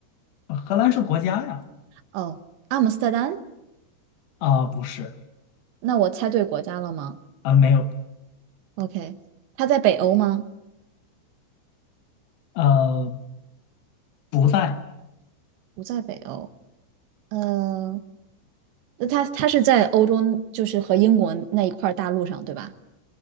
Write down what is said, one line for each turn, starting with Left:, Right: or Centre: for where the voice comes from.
Left: 荷兰是国家呀，
Right: 哦，阿姆斯特丹？
Left: 啊，不是，
Right: 那我猜对国家了吗
Left: 啊，没有，
Right: ？OK，他在北欧吗？
Left: 呃，不在。
Right: 不在北欧。呃，那他他是在欧洲，就是和英国那一块儿大陆上，对吧？